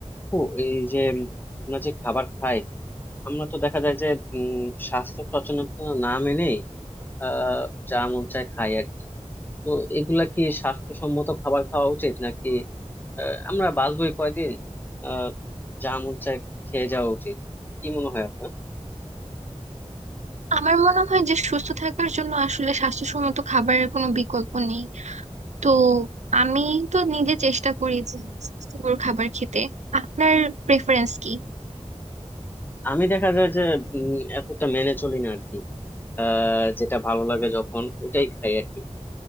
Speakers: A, on the left (about 15°); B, on the right (about 80°).
A: আপু এই যে উম, আমরা যে খাবার খাই আমরা তো দেখা যায় যে উম, স্বাস্থ্য সচেতনতা না মেনেই আহ যা মন চায় খাই আর কি তো এগুলা কি স্বাস্থ্যসম্মত খাবার খাওয়া উচিত নাকি আহ, আমরা বাঁচবোই কয়দিন আহ যা মন চায় খেয়ে যাওয়া উচিত কি মনে হয় আপনার
B: আমার মনে হয় যে সুস্থ থাকার জন্য আসলে স্বাস্থ্যসম্মত খাবারের কোনো বিকল্প নেই তো আমি তো নিজে চেষ্টা করি যে স্বাস্থ্যকর খাবার খেতে আপনার প্রেফারেন্স কি
A: আমি দেখা যায় যে উম, এতটা মেনে চলি না আর কি আহ যেটা ভালো লাগে যখন ওটাই খাই আর কি